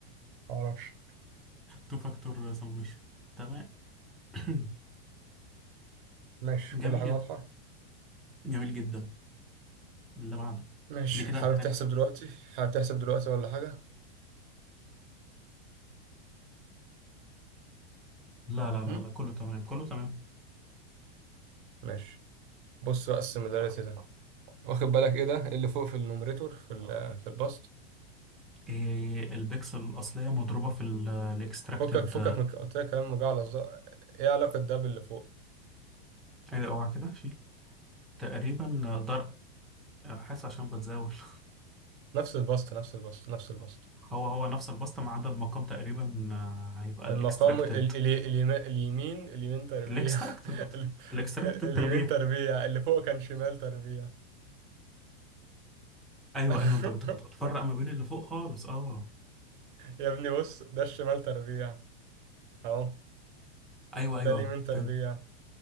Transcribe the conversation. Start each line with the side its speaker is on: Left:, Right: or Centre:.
Right: معرفش
Centre: تو فاكتور سمشن تمام <clears throat>
Right: ماشي
Centre: جميل
Right: كل حاجة
Centre: جدا
Right: واضحة
Centre: جميل جدا اللي بعده
Right: ماشي
Centre: دي كده
Right: حابب
Centre: كانت
Right: تحسب دلوقتي حابب تحسب دلوقتي ولا حاجة
Centre: لا لا لا
Right: هم؟
Centre: لا كله تمام كله تمام
Right: ماشي بص بقى السيميلاريتي ده واخد بالك ايه ده إيه اللي فوق في النوميريتور في ال في البسط
Centre: إيه البكسل الأصلية مضروبة في الاكستراكتد
Right: فكك فكك من قلت لك كلام مجعلص ده ايه علاقة ده باللي فوق
Centre: اوعى كده في تقريبا ضرب حاسس عشان بتزاول <laughs>
Right: نفس البسط نفس البسط نفس البسط
Centre: هو هو نفس البسطة ما عدا المقام تقريبا آه، هيبقى الاكستراكتد
Right: المقام ال ال ال اليمين اليمين تربيع
Centre: الاكستراكتد
Right: <laughs> ال-
Centre: الاكستراكتد
Right: ال- اليمين
Centre: تربيع
Right: تربيع اللي فوق كان شمال تربيع
Centre: ايوه
Right: <laughs>
Centre: ايوه انت بت- كنت بتفرق ما بين اللي فوق خالص اه
Right: يا ابني بص ده الشمال تربيع اهو
Centre: ايوه ايوه
Right: ده اليمين تربيع
Centre: فاهم